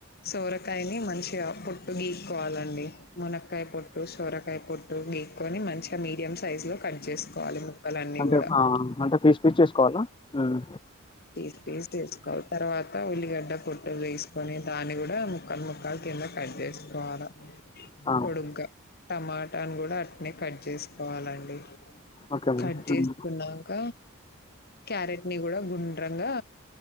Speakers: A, on the left (about 45°); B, on the left (about 25°).
A: సోరకాయని మంచిగా పొట్టు గీక్కోవాలండి మునకాయి పొట్టు, సోరకాయ పొట్టు గీక్కొని మంచిగా మీడియం సైజ లో కట్ చేసుకోవాలి ముక్కలని
B: అంటే
A: కూడా
B: ఆ అంటే పీస్ పీస్ చేసుకోవాలా మ్మ్
A: ఈ టెస్ట్ ఎ తర్వాత ఉల్లిగడ్డ పొట్టు తీసుకొని దాన్ని కూడా ముక్కలు ముక్కలు కింద కట్ చేసుకోవాలా
B: ఆ
A: పొడుగా టమాటాను కూడా అట్నే కట్ చేసుకోవాలండి
B: ఓకే మేడం
A: కట్ చేసుకున్నాక
B: మ్మ్
A: క్యారెట్ ని కూడా గుండ్ర గా